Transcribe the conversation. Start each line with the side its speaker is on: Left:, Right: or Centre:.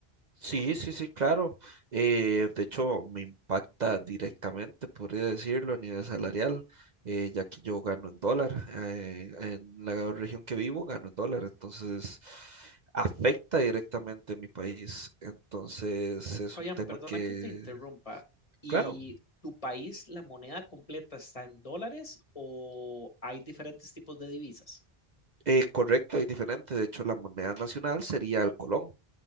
Right: Sí, sí, sí, claro. Eh, de hecho, me impacta directamente, podría decirlo, a nivel salarial, eh, ya que yo gano en dólar. eh, en la región que vivo gano en dólar, entonces afecta directamente a mi país. Entonces es
Left: Fabián,
Right: un tema
Left: perdona
Right: que,
Left: que te interrumpa. ¿Y
Right: claro,
Left: tu país, la moneda completa está en dólares o hay diferentes tipos de divisas?
Right: eh, correcto y diferente. De hecho, la moneda nacional sería el colón.